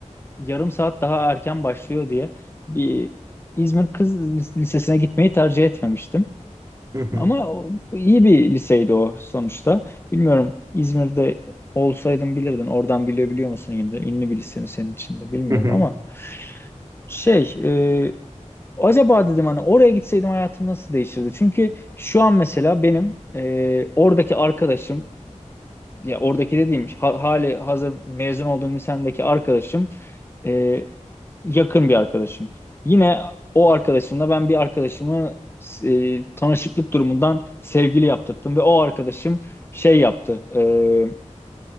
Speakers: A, on the left; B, on the right.
A: yarım saat daha erken başlıyor diye bir İzmir Kız Lisesi'ne gitmeyi tercih etmemiştim.
B: Hı hı
A: Ama o- iyi bir liseydi o sonuçta. Bilmiyorum İzmir'de olsaydın bilirdin. Oradan bilebiliyor musun yine de ünlü bir lise mi senin için de bilmiyorum
B: hı hı.
A: ama şey e, acaba dedim hani oraya gitseydim hayatım nasıl değişirdi? Çünkü şu an mesela benim e, oradaki arkadaşım ya oradaki dediğim ha- hali hazır mezun olduğum lisemdeki arkadaşım e, yakın bir arkadaşım. Yine o arkadaşımla ben bir arkadaşımı e, tanışıklık durumundan sevgili yaptırdım ve o arkadaşım şey yaptı. e,